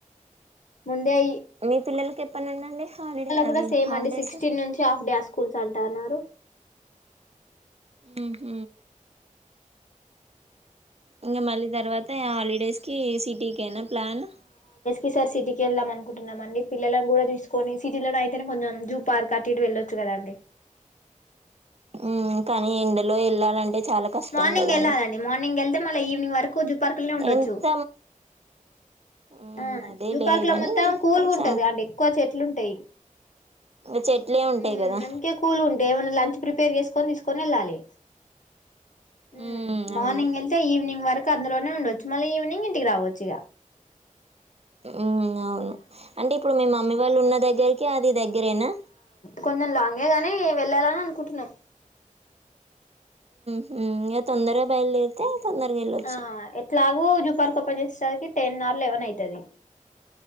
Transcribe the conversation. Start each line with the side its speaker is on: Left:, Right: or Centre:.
Left: ముందే ఈ
Right: మీ పిల్లలకి ఎప్పనుండండి హాలిడే అవి
Left: కూడా సేమ్
Right: హాఫ్
Left: అండి
Right: డేస్
Left: సిక్స్టీన్ నుంచి హాఫ్ డే స్కూల్స్ అంటన్నారు
Right: ఊ హు ఇంగా మళ్ళీ తర్వాత హాలిడేస్ కి సిటీకేనా ప్లన్
Left: ఈసారి సిటీకేళ్దాం అనుకుంటున్నామండి. పిల్లలన్ గుడా తీసుకొని సిజిలోనైతేనే. కొంజెం జూ పార్క్ అటు ఇటు వెళ్ళొచ్చు కదాండి
Right: ఉ కానీ ఎండలో వెళ్ళాలంటే చాలా కష్టం
Left: మార్నింగ్
Right: కదండి
Left: ఎళ్ళాలిండి మార్నింగ్ వెళ్తే మళ్ళ ఈవినింగ్ వర్క్ కుజు పార్కల్నే ఉండొచ్చు
Right: ఎంత ఉమ్
Left: ఆ
Right: అదే
Left: జూ
Right: లే
Left: పార్క్లో
Right: గాని
Left: మొత్తం కూల్గుంటది
Right: కొంచెం
Left: అండ్ ఎక్కువ చెట్లు ఉంటాయి
Right: ఇంగ చెట్లే ఉంటాయి
Left: ఊ
Right: కదా
Left: అందుకే కూల్గుంటయ్ ఏమైన్నా లంచ్ ప్రిపేర్ చేసుకొని తీస్ కొనేలలి హ్మ
Right: ఉమ్
Left: మార్నింగ్
Right: అవును
Left: ఎల్తే ఈవ్నింగ్ వరక్ అందులోనే ఉండొచ్చు మళ్ళీ ఈవినింగ్ ఇంటికి రావచ్చు ఇగ
Right: ఉ అవును అంటే ఇప్పుడు మీ మమ్మీ వాళ్ళు ఉన్న దగ్గరికి అది దెగ్ గేరేనా
Left: కొంజెం లాంగే గాని వెళ్ళాలని అనుకుంటున్నాం
Right: ఉమ్ ఇంగ తొందరగా బయలుదేరితే తొందరగా వెళ్ళొచ్చు
Left: ఆ ఎట్లాగు పర్క్ ఓపెన్ చేేస్సరికి టెన్ ఆర్ లెవెన్ అయితది